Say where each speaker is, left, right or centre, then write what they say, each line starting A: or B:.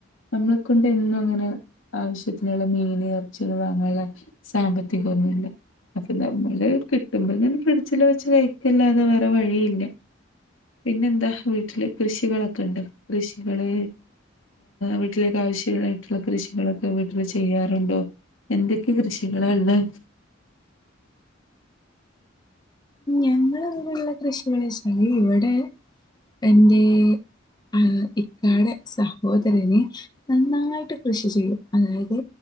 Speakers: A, on the left; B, on the left.
A: നമ്മളെ കൊണ്ട് എന്നും അങ്ങനെ ആവശ്യത്തിനുള്ള മീൻ ഇറച്ചും വാങ്ങാനുള്ള സാമ്പത്തികമൊന്നുമില്ല. അപ്പൊ നമ്മള് കിട്ടുമ്പോ ഇങ്ങനെ ഫ്രിഡ്ജില് വെച്ച് കഴിക്കില്ലാതെ വേറെ വഴിയില്ല. പിന്നെന്താ വീട്ടില് കൃഷികളൊക്കെ ഉണ്ടാ. കൃഷികള് വീട്ടിലേക്ക് ആവശ്യായിട്ടുള്ള കൃഷികളൊക്കെ വീട്ടില് ചെയ്യാറുണ്ടോ? എന്തൊക്കെ കൃഷികളാണ് ഉള്ളെ?
B: ഞങ്ങള് അവിടെള്ള കൃഷികള് വെച്ചാല്, ഇവിടെ എന്റെ ആ ഇക്കാടെ സഹോദരനെ നന്നായിട്ട് കൃഷി ചെയ്യും. അതായത്